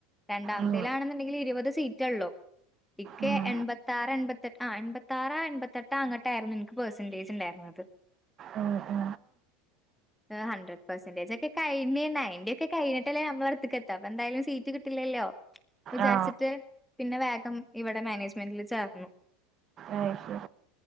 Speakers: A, in the centre; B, on the right.
A: രണ്ടാമത്തെലാണെന്നുണ്ടെങ്കിൽ
B: ഉം
A: ഇരുപത് സീറ്റെ ഉള്ളൂ ഇക്കെ
B: ഉം
A: എൺപ ത്തറ് എൺപത്തെട്ട ആ എൺപത്തറ് എൺപത്തെട്ട അങ്ങോട്ട ആയിരുന്നു എനക്ക് പെർസെന്റേജ് ഉണ്ടായി ആ അത്
B: ഉം ഉ
A: ഹഡ്രഡ് പെർസെന്റജ് ഒക്കെ കഴിഞ്ഞ് നയന്റി ഒക്കെഴിഞ്ഞിട്ടല്ലേ നമ്മളാടുതേക്കെത്ത അപ്പൊ എന്തായാലും സീറ്റ് കിട്ടില്ലല്ലോ വിചാരിച്ചിട്ട്
B: ആ
A: പിന്നെ വേഗം ഇവിടെ മാനേജ്മെന്റിൽ ചേർ മ
B: അയി ശരി